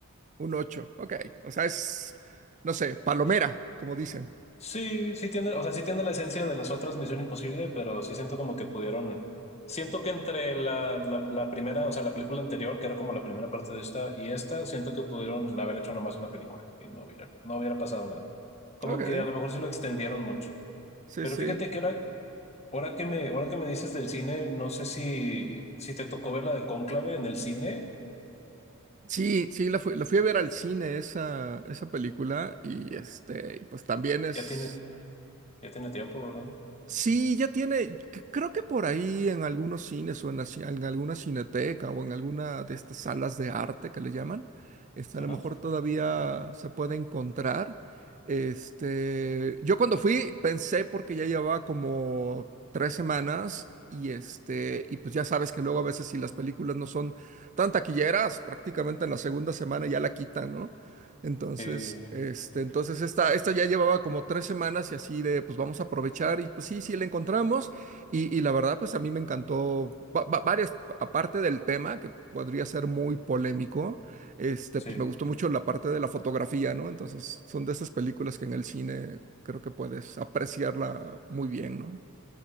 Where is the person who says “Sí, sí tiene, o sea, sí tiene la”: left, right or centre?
Left